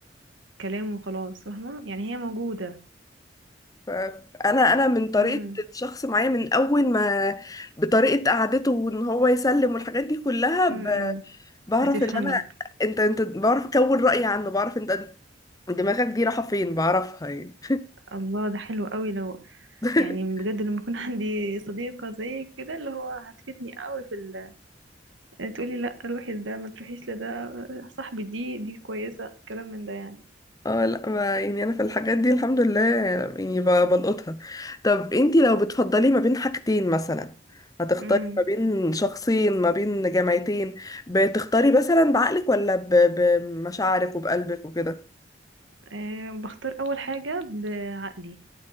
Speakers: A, on the right; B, on the left.
A: كلام وخلاص فاهمة يعني هي موجودة
B: فانا انا من طريقه
A: امم
B: الشخص معايا من اول ما بطريقه قعدته وان هو يسلم والحاجات دي كلها ب...
A: امم
B: بعرف
A: بتفهمي
B: ان انا انت انت بعرف اكون رايي عنه بعرف انت دماغك دي رايحه فين بعرفها يعني
A: الله ده حلو قوي لو
B: <laughs>
A: يعني بجد لما يكون <laughs> عندي صديقة زيك كده اللي هو هتفيدني قوي في ال... آه، تقولي لا روحي لده ما تروحيش لده صاحبي دي دي كويسة كلام من ده يعني
B: اه لا ما يعني انا في الحاجات دي الحمد لله يعني ب- بلقطها طب انتي لو بتفضلي ما بين حاجتين مثلا هتختاري
A: امم
B: ما بين شخصين ما بين جامعتين بتختاري مثلا بعقلك ولا ب- بمشاعرك وبقلبك وكده
A: أه بختار أول حاجة بعقلي